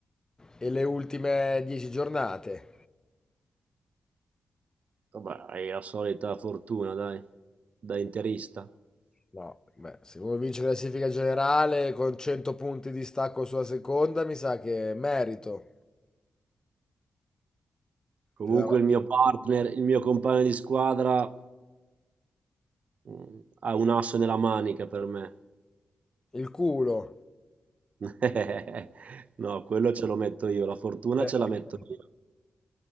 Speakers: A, on the left; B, on the right.
A: e le ultime dieci giornate.
B: vabbè, hai la solita fortuna, dai, da interista.
A: No, beh, se uno vince la classifica generale con 100 punti di stacco sulla seconda, mi sa che è merito.
B: Comunque
A: Ti dava-
B: il mio partner, il mio compagno di squadra mh, ha un asso nella manica per me.
A: Il culo.
B: <laughs> No, quello ce lo metto io, la fortuna
A: <laughs>
B: ce la metto io.